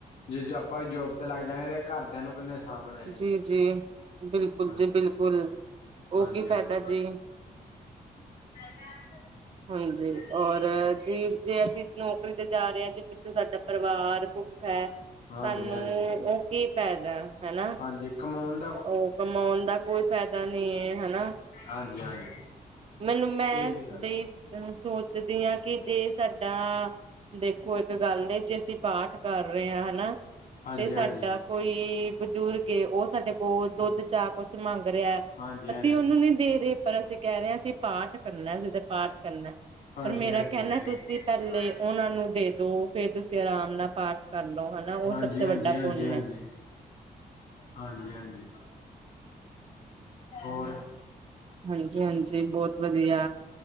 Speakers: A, on the left; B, on the right.
A: ਜੇ ਆਪਾ ਜੋਬ ਤੇ ਲੱਗ ਜਾਂਗੇ ਤੇ ਘਰਦਿਆ ਨੂੰ ਕਿੰਨੇ ਸਾਂਭਣਾ ਹੈ
B: ਜੀ, ਜੀ, ਬਿਲਕੁਲ
A: ਹਾਂਜੀ।
B: ਜੀ ਬਿਲਕੁਲ ਓ
A: ਹਾਂਜੀ
B: ਕੀ
A: ਹਾਂਜੀ
B: ਫੈਦਾ ਜੀ।
A: <unintelligible>
B: ਹਾਂਜੀ ਔਰ ਜੀ ਜੇ ਅਸੀ ਨੌਕਰੀ ਤੇ ਜਾ ਰੇ ਆਂ ਜੇ ਪਿੱਛੋਂ ਸਾਡਾ ਪਰਿਵਾਰ ਭੁੱਖਾ ਐ
A: ਹਾਂਜੀ
B: ਸਾਨੂੰ
A: ਹਾਂਜੀ।
B: ਓ ਕੀ ਫੈਦਾ ਐ ਹੈਨਾ।
A: ਹਾਂਜੀ, ਕਮੋਨ
B: ਓ ਕਮੋਨ ਦਾ ਕੋਈ ਫੈਦਾ ਨੀ ਏ, ਹਨਾ।
A: ਹਾਂਜੀ ਹਾਂਜੀ।
B: ਮੈਨੂੰ ਮੈਂ
A: ਇਹ ਤੇ ਗੱਲ
B: ਬਈ
A: ਹੈ
B: ਹੁਨ ਸੋਚਦੀ ਆਂ ਕਿ ਜੇ ਸਾਡਾ ਦੇਖੋ ਏਕ ਗੱਲ ਏ ਜੇ ਅਸੀ ਪਾਠ ਕਰ ਰੇਆ, ਹਨਾ
A: ਹਾਂਜੀ
B: ਤੇ ਸਾਡਾ
A: ਹਾਂਜੀ
B: ਕੋਈ ਬਜ਼ੁਰਗ ਏ, ਓ ਸਾਡੇ ਓ ਦੋਧ,
A: ਹਾਂ
B: ਚਾ ਕੋਛ ਮੰਗ ਰੇਆ,
A: ਹਾਂਜੀ ਹਾਂਜੀ।
B: ਅਸੀ ਓਨੂੰ ਨੀ ਦੇ ਰੇ ਪਰ ਅਸੀ ਕੈ ਰੇਆਂ ਅਸੀ ਪਾਠ ਕਰਨਾ, ਅਸੀ ਤੇ ਪਾਠ ਕਰਨਾ
A: ਹਾਂਜੀ
B: ਪਰ ਮੇਰਾ
A: ਹਾਂਜੀ
B: ਕਹਨਾ
A: ਹਾਂਜੀ
B: ਤੁਸੀ ਪੈਲੇ ਉਨਾਂ ਨੂੰ ਦੇ ਦੋ, ਫੇਰ ਤੁਸੀ ਆਰਾਮ ਨਾਲ ਪਾਠ ਕਰ ਲਓ ਹਨਾ ਉਹ
A: ਹਾਂਜੀ,
B: ਸਭ ਤੋਂ
A: ਹਾਂਜੀ,
B: ਵੱਡਾ
A: ਹਾਂਜੀ,
B: ਪੁੰਨ
A: ਹਾਂਜੀ।
B: ਏ।
A: ਹਾਂਜੀ-ਹਾਂਜੀ, ਹੋਰ
B: <unintelligible> ਜੀ ਬੋਤ ਵਦੀਆ,